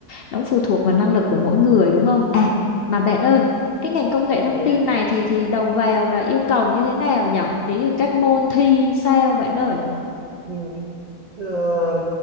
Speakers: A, on the left; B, on the right.
A: nó cũng phụ thuộc vào năng lực của mỗi người đúng không à mà bạn ơi cái ngành công nghệ thông
B: nha
A: tin này thì thì đầu vào là yêu cầu như thế nào nhở ý là các môn thi sao bạn ơi
B: Ừ. Ờ,